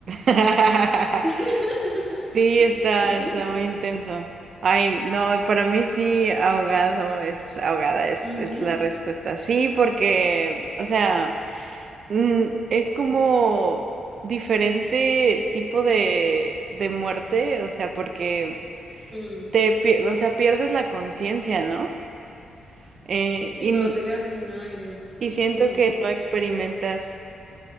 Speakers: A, on the right; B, on the right.
A: <laughs>
B: <laughs>
A: Sí, está,
B: ¿Y tú?
A: está muy intenso. Ay, no, para mí sí, ahogado es, ahogada es,
B: Ujú.
A: es la respuesta. Sí, porque, o sea, mm, es como diferente tipo de, de muerte, o sea, porque
B: Mm.
A: te, pie- o sea, pierdes la conciencia, ¿no? Eh,
B: Sí,
A: y,
B: cuando te quedas sin aire.
A: y siento
B: Mm,
A: que no experimentas,